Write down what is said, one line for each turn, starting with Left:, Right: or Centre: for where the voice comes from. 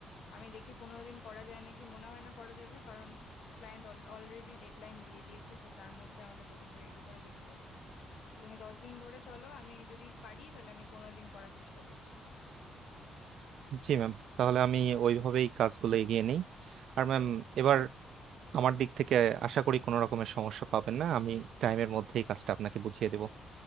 Left: আমি দেখি পনেরো দিন করা যায় নাকি মনে হয় না করা যাবে কারণ ক্লায়েন্ট অলরেডি ডেডলাইন দিয়ে দিয়েছে তো তার মধ্যে আমাদের প্রজেক্টটা রেডি করে দিতে হবে তো তুমি দশ দিন ধরে চলো আমি যদি পারি তাহলে আমি পনেরো দিন করার চেষ্টা করছি
Right: জি ম্যাম তাহলে আমি ওইভাবেই কাজগুলো এগিয়ে নিই আর ম্যাম এবার আমার দিক থেকে আশা করি কোনো রকমের সমস্যা পাবেন না আমি টাইমের মধ্যেই কাজটা আপনাকে বুঝিয়ে দেবো